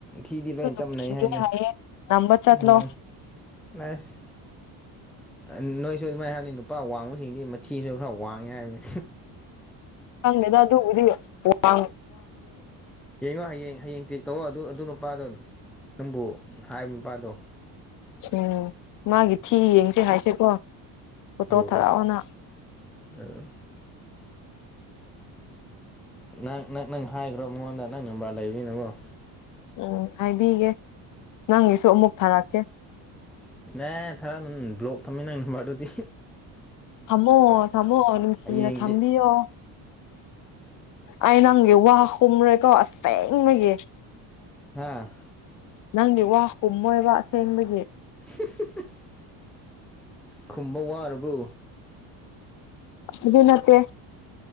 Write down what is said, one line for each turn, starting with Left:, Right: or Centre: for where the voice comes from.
Centre: ꯊꯤꯗꯤ ꯂꯣꯏ
Left: ꯅꯨꯡꯁꯤꯌꯦ
Centre: ꯆꯞ ꯃꯟꯅꯩ ꯍꯥꯏꯗ
Left: ꯍꯥꯏꯌꯦ ꯅꯝꯕ ꯆꯠꯂꯣ
Centre: ꯎꯝ ꯎꯝ ꯑꯁ ꯅꯣꯏꯁꯨ ꯑꯗꯨꯃꯥꯏꯅ ꯍꯥꯏꯕꯅꯤ ꯅꯨꯄꯥ ꯋꯥꯡꯕꯁꯤꯡꯗꯤ ꯃꯊꯤꯁꯨ ꯈꯔ ꯋꯥꯡꯉꯤ ꯍꯥꯏꯕꯅꯤ꯫
Left: ꯈꯪꯗꯦꯗ ꯑꯗꯨꯕꯨꯗꯤ ꯋꯥ
Centre: ꯌꯦꯡꯉꯣ ꯍꯌꯦꯡ ꯍꯌꯦꯡ ꯆꯦꯛ ꯇꯧ ꯑꯗꯨ ꯑꯗꯨ ꯄꯥꯗꯣ ꯅꯪꯕꯨ ꯍꯥꯏꯕ ꯅꯨꯄꯥꯗꯣ꯫
Left: ꯎꯝ ꯃꯥꯒꯤ ꯊꯤ ꯌꯦꯡꯁꯦ ꯍꯥꯏꯁꯦꯀꯣ꯫ ꯐꯣꯇꯣ
Centre: ꯎꯝ ꯎꯝ
Left: ꯊꯥꯔꯛꯑꯣꯅ
Centre: ꯑꯣ ꯅꯪ ꯅꯪ ꯅꯪ ꯍꯥꯏꯈ꯭ꯔꯣ ꯃꯉꯣꯟꯗ ꯅꯪ ꯅꯝꯕꯔ ꯂꯩꯕꯅꯤꯅꯀ‌ꯣ
Left: ꯎꯝ ꯍꯥꯏꯕꯤꯒꯦ ꯅꯪꯒꯤꯁꯨ ꯑꯃꯨꯛ ꯊꯥꯔꯛꯀꯦ
Centre: <inaudible> ꯕꯂꯣꯛ ꯊꯝꯃꯦ ꯅꯪ ꯅꯝꯕꯔ ꯗꯨꯗꯤ
Left: ꯊꯝꯃꯣ ꯊꯝꯃꯣ ꯅꯨꯡꯁꯤꯅ
Centre: ꯍꯌꯦꯡꯗꯤ
Left: ꯊꯝꯕꯤꯌꯣ ꯑꯩ ꯅꯪꯒꯤ ꯋꯥ ꯈꯨꯝꯈꯔ‌ꯦꯀꯣ ꯑꯁꯦꯡꯕꯒꯤ
Centre: ꯍꯥꯥ
Left: ꯅꯪꯗꯤ ꯋꯥ ꯈꯨꯝꯃꯣꯏꯕ ꯑꯁꯦꯡꯕꯒꯤ
Centre: <unintelligible> ꯈꯨꯝꯕ ꯋꯥꯔꯕꯣ
Left: ꯑꯗꯨꯏ ꯅꯠꯇꯦ